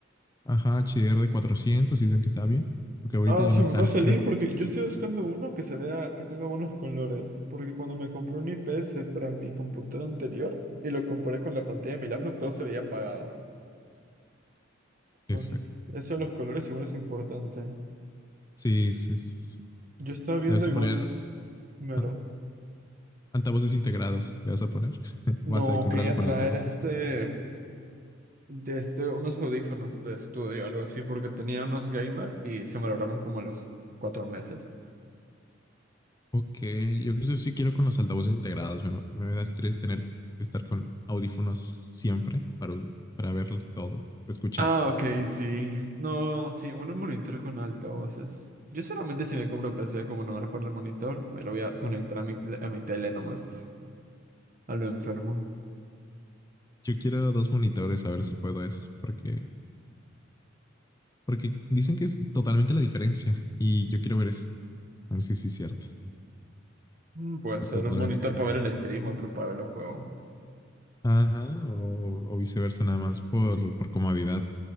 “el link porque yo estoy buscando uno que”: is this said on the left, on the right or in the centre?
Right